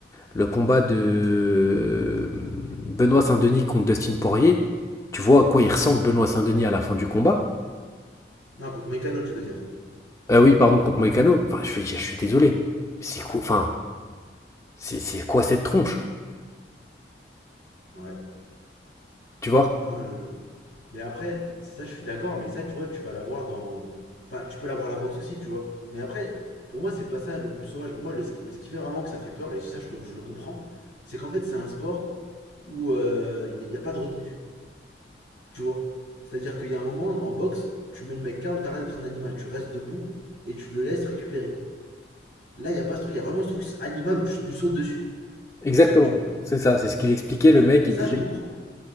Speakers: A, on the left; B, on the left.
A: le combat de euh, Benoît Saint-Denis contre Dustin Poirier, tu vois à quoi il ressemble Benoît Saint-Denis à la fin du combat?
B: Non, contre Mécano, tu veux dire.
A: Ah oui, pardon, contre Moïcano. Enfin, je suis, je suis désolé. C'est quoi, enfin, c'est c'est quoi cette tronche,
B: Ouais.
A: tu vois?
B: Non, je- Mais après, ça je suis d'accord, mais ça tu vois, tu vas l'avoir dans. Enfin, tu peux l'avoir à la boxe aussi, tu vois. Mais après, pour moi, c'est pas ça le plus sauvage. Pour moi, le, ce qui ce qui fait vraiment que ça fait peur, et ça je, le- je le comprends, c'est qu'en fait, c'est un sport où il n'y a pas de retenue, tu vois. C'est-à-dire qu'il y a un moment en boxe, tu mets le mec KO, t'arrêtes d'être un animal, tu restes debout et tu le laisses récupérer. Là, il n'y a pas ce truc, il y a vraiment ce truc animal où tu lui sautes dessus,
A: Exactement.
B: au sol, tu vois.
A: C'est ça, c'est ce qu'il expliquait, le mec, il
B: Ça,
A: disait
B: je comprends.